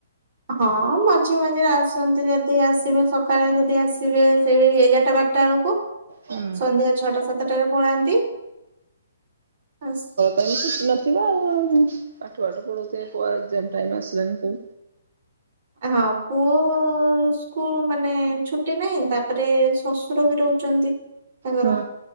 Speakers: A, on the right (about 35°); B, on the right (about 65°).
A: ହଁ ମଝି ମଝିରେ ଆସନ୍ତି ଯଦି ଆସିବେ ସକାଳେ ଯଦି ଆସିବେ ସେଇ ଏଗାରଟା ବା ଟା ବେଳକୁ,
B: ହୁଁ।
A: ସନ୍ଧ୍ୟା ଛଅଟା ସାତଟାରେ ପଳାନ୍ତି। ହଁ
B: ପାଇଁ ଛୁଟି ନଥିବ, ଆଉ ପାଠ ପାଠ ପଢଉଥିବେ, ପୁଅ ଏକ୍ସାମ ଟାଇମ୍ ଆସିଲାନି ସବୁ।
A: ହଁ ପୁଅ ସ୍କୁଲମାନେ ଛୁଟି ନାହିଁ ତାପରେ ଶଶୁର ବି ରହୁ ଛନ୍ତି ତାଙ୍କର।
B: ହଁ